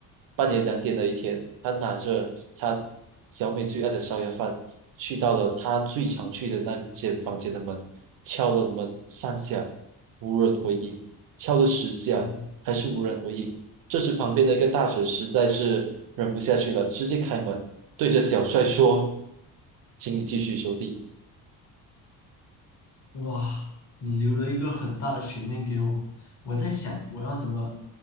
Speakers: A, on the right (about 65°); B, on the left (about 45°).
A: 半夜两点的一天，他拿着他小美最爱的烧鸭饭，去到了他最常去的那间房间的门，敲了门三下，无人回应；敲了十下，
B: 嗯，
A: 还是无人回应。这时旁边的一个大婶实在是忍不下去了，直接开门，对着小帅说：“请你继续收地。”
B: 哇，你留了一个很大的悬念给我。我在想，我要怎么